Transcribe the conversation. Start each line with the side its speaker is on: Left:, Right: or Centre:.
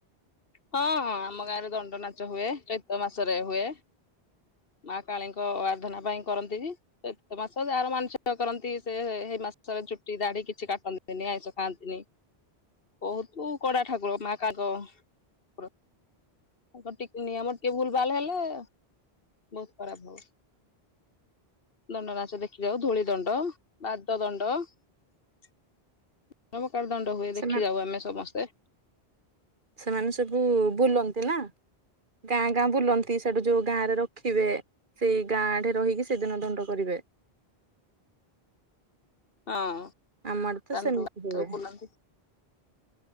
Left: ହଁ ହଁ ଆମ ଗାଁରେ ଦଣ୍ଡ ନାଚ ହୁଏ ଚୈତ ମାସରେ ହୁଏ। ମା କାଳୀଙ୍କ ଆରାଧନା ପାଇଁ କରନ୍ତି ବି। ଚୈତ ମାସ ଯାହାର ମାନଶିକ କରନ୍ତି ସେ ହେଇ ମାସରେ ଚୁଟି ଦାଢ଼ି କିଛି କାଟନ୍ତି ତିନି ଆଇଁଷ ଖାଆନ୍ତିନି ବହୁତୁ କଡା ଠାକୁର ମା କାଗ <inaudible> ତାଙ୍କର ଟିକେ ନିୟମ ଟିକେ ଭୁଲ ଭାଲ ହେଲେ ବହୁତ ଖରାପ ହଉ ଦଣ୍ଡ ନାଚ ଦେଖି ଯାଉ ଧୂଳି ଦଣ୍ଡ ବାଦ ଦଣ୍ଡ। <unintelligible> ଦଣ୍ଡ ହୁଏ ଦେଖି
Right: ସେମାନେ
Left: ଯାଉ ଆମେ ସମସ୍ତେ।
Right: ସେମାନେ ସବୁ ବୁଲନ୍ତି ନା। ଗାଁ ଗାଁ ବୁଲନ୍ତି ସେଠୁ ଯୋଉ ଗାଁ ରେ ରଖିବେ। ସେଇ ଗାଁ ଆଡେ ରହିକି ସେଦିନ ଦଣ୍ଡ କରିବେ।
Left: <inaudible> ହଁ
Right: ଆମ ଆଡେ ତ
Left: ଦଣ୍ଡୁଆ
Right: ସେମିତି ହୁଏ।
Left: ସବୁ ବୁଲନ୍ତି।